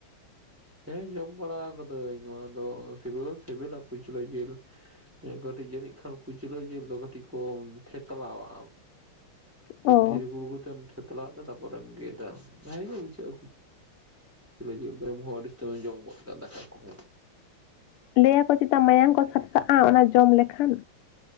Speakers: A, in the centre; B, on the left (about 85°).
A: ᱦᱮᱸ ᱡᱚᱢ ᱵᱟᱲᱟ ᱠᱟᱫᱟᱹᱧ ᱱᱚᱣᱟ ᱫᱚ ᱥᱤᱵᱤᱞ ᱦᱚᱸ ᱥᱤᱵᱤᱞᱟ ᱠᱩᱪᱞᱟᱹ ᱡᱤᱞ᱾ ᱠᱟᱹᱴᱤᱡ ᱡᱟᱹᱱᱤᱡ ᱠᱷᱟᱱ ᱠᱩᱪᱞᱟᱹ ᱡᱮ ᱫᱚ ᱠᱟᱹᱴᱤᱡ ᱠᱚ ᱛᱷᱮᱛᱞᱟᱣᱟᱜᱼᱟ᱾
B: ᱚ
A: ᱫᱷᱤᱨᱤ ᱜᱩᱲᱜᱩ ᱛᱮᱢ ᱛᱷᱮᱛᱞᱟᱣ ᱟᱜᱛᱮ ᱛᱟᱯᱚᱨᱮᱢ ᱜᱮᱫᱟ᱾ <unintelligible> ᱠᱩᱪᱞᱟᱹ ᱡᱮᱞ ᱡᱚᱢ ᱦᱚᱸ ᱟᱹᱰᱤ ᱟᱥᱛᱮᱢ ᱮᱢ ᱡᱚᱢ ᱜᱚᱫ ᱠᱟᱜᱼᱟ ᱫᱟᱠᱟ ᱠᱚᱦᱚᱸ᱾
B: ᱞᱟᱹᱭᱟ ᱠᱚ ᱪᱮᱛᱟ ᱢᱟᱭᱟᱝ ᱠᱚ ᱥᱟᱨᱥᱟᱜᱼᱟ ᱚᱱᱟ ᱡᱚᱢ ᱞᱮᱠᱷᱟᱱ᱾